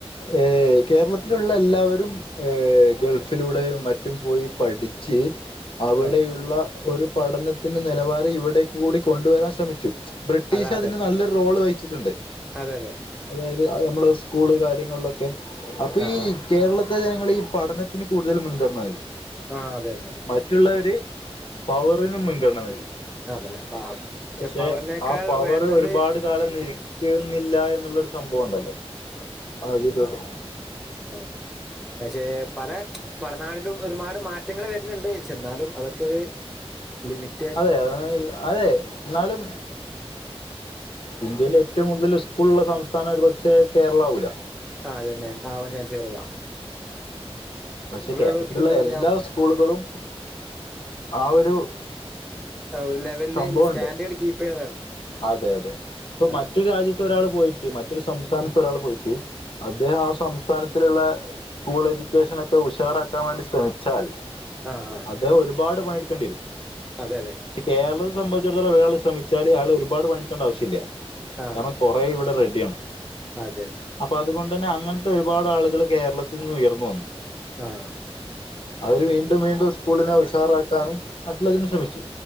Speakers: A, on the left (about 55°); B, in the centre.
A: ഏ കേരളത്തിലുള്ള എല്ലാവരും ഏഹ ഗൾഫിലൂടെയും മറ്റും പോയി പഠിച്ച് അവിടെയുള്ള
B: ആഹ്
A: ഒരു പഠനത്തിന്റെ നിലവാരം ഇവിടേക്ക് കൂടി കൊണ്ടുവരാൻ ശ്രമിച്ചു ബ്രിട്ടീഷ്
B: അത അതന്നെ
A: അതിന് നല്ലൊരു റോൾ വഹിച്ചിട്ടുണ്ട്
B: അതെ അതെ
A: അതായത് അഹ് നമ്മള് സ്കൂള് കാര്യങ്ങളിലൊക്കെ അപ്പൊ
B: ആഹ്
A: ഈ
B: ആഹ്
A: കേരളത്തെ ജനങ്ങൾ ഈ പഠനത്തിന് കൂടുതൽ മുൻഗണന ന
B: ആഹ അതന്നെ
A: മറ്റുള്ളവര് പവറിന് മുൻഗണന നൽകി
B: അതന്നെ ആ ഛെ
A: പക്ഷെ
B: പവറിനേക്കാൾ
A: ആ പവർ
B: വേണ്ടത്
A: ഒരുപാട് കാലം നിൽക്കുന്നില്ല എന്നുള്ളൊരു സംഭവം ഉണ്ടല്ലോ അതിലൂടെ
B: അഹ് പക്ഷേ പല പലനാടിലും ഒരുപാട് മാറ്റങ്ങൾ വരുന്നുണ്ട് ശേ ന്നാലും അതൊക്കെ ഒരു ലിമിറ്റ്
A: അതെ <unintelligible> അതെ എന്നാലും ഇന്ത്യെൽ ഏറ്റവും കൂടുതൽ സ്കൂള ഉള്ള സംസ്ഥാനം ഒരു പക്ഷെ കേരള ആവൂല
B: ആതെന്നെ ആവാൻ ചാൻസ് കുറവാ
A: പക്ഷെ കേരളത്തിലുള്ള
B: ഉള്ളവർക്ക് എന്താ പറയാ
A: എല്ലാ സ്കൂളുകളും ആ ഒരു
B: ആ ഒരു ലെവലില്
A: സംഭവമുണ്ട്
B: ഇന്ന് സ്റ്റാൻഡേർഡ് കീപ്പ് ചെയ്യണതാണ്
A: അതെ അതെ ഇപ്പൊ
B: ആ
A: മറ്റൊരു രാജ്യത്ത് ഒരാൾ പോയിട്ട് മറ്റൊരു സംസ്ഥാനത്ത് ഒരാൾ പോയിട്ട് അദ്ദേഹം ആ സംസ്ഥാനത്തിലുള്ള സ്കൂൾ എഡ്യൂക്കേഷന ഒക്കെ ഉഷാറാക്കാൻ വേണ്ടി ശ്രമിച്ചാൽ
B: ആഹ ആഹ്
A: അദ്ദേഹ ഒരുപാട് പണിയെടുക്കേണ്ടിരും
B: അതെ അതെ
A: പക്ഷെ കേരളത്തെ സംബന്ധിച്ചിടത്തോം ഒരാൾ ശ്രമിച്ചാല്യാൾ ഒരുപട് പണിടുക്കേണ്ട ആവശ്യമില്ല
B: ആ
A: കാരണം അപ്പോ ഇവിടെ റെഡിയാണ്
B: അതെ അതെ
A: അപ്പൊ അതുകൊണ്ട് തന്നെ അങ്ങനത്തെ ഒരുപാട് ആളുകള് കേരളത്തിൽ നിന്ന് ഉയർന്നു വന്നു
B: ആഹ
A: അവര് വീണ്ടും വീണ്ടും സ്കൂളിനെ ഉഷാറാക്കാനും മറ്റുള്ളതിന് ശ്രമിച്ചു